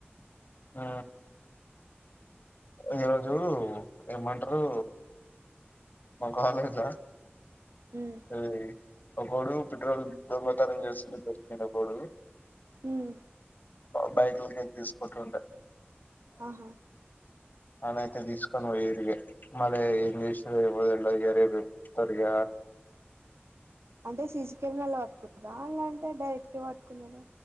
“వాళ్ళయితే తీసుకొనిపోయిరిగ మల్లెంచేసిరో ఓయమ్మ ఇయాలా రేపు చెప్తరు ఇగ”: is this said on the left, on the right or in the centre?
Left